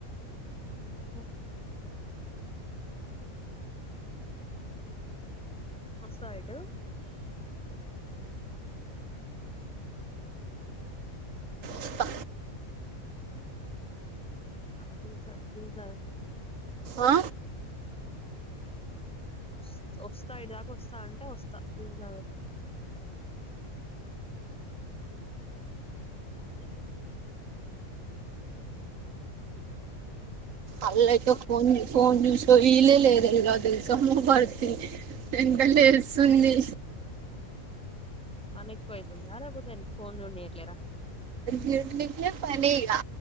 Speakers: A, in the centre; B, on the right.
A: ఓహో నువ్ వస్తావా ఇటు
B: వస్తా.
A: <unintelligible>
B: ఆ
A: వస్ వస్తా ఇంటి దాకా వస్తా అంటే వస్తా నీళ్లు తాగొద్దాం.
B: అలేఖ్య
A: ఇంకా
B: ఫోన్ ఫోన్ చూ సోయిలే లేదు తెలుసా మూడ్ పాడు చేసింది. మెంటల్ లేస్తుంది.
A: పని ఎక్కువయితుందా లేకపోతే ఫోన్ చూన్నియట్లేరా
B: ఎనిమిదికే పనిగా